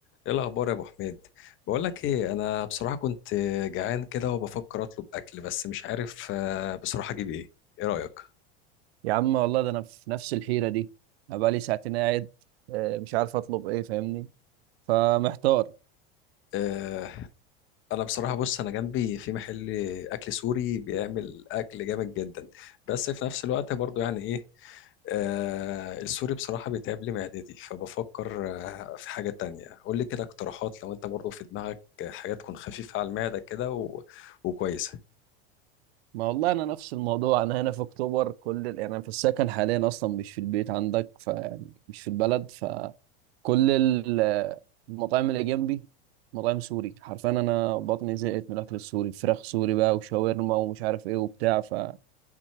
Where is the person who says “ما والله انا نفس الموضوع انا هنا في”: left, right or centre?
Right